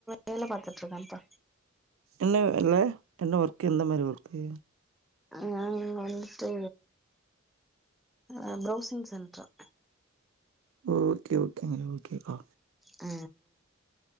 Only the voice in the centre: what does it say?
வேல பாத்துட்டு இருக்கே இப்ப
நானு வந்துட்டு ஆ ப்ரௌசிங் சென்டர்
ஆ